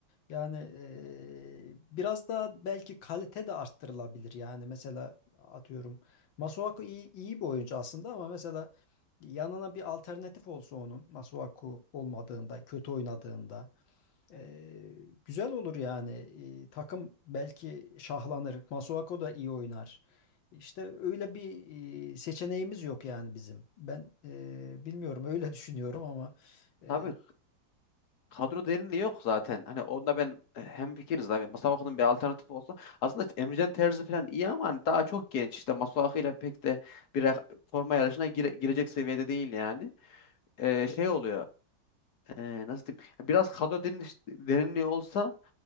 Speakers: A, on the left; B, on the left.
A: Yani e, biraz daha belki kalite de arttırılabilir. Yani mesela atıyorum Masuaku iyi, iyi bir oyuncu aslında ama mesela yanına bir alternatif olsa onun Masuaku olmadığında kötü oynadığında ee, güzel olur yani. Ee, takım belki şahlanır. Masuako da iyi oynar. İşte öyle bir e, seçeneğimiz yok yani bizim. Ben e, bilmiyorum öyle <laughs> düşünüyorum ama e,
B: Tabii kadro derinliği yok zaten. Hani onda ben hemfikiriz abi. Masuaku'nun bir alternatif olsa aslında Emrecan Terzi falan iyi ama hani daha çok genç. İşte Masuaku ile pek de bir ra- forma yarışına gire- girecek seviyede değil yani. Ee, şey oluyor. Ee, nasıl diyeyim? Biraz kadro derin, derinliği olsa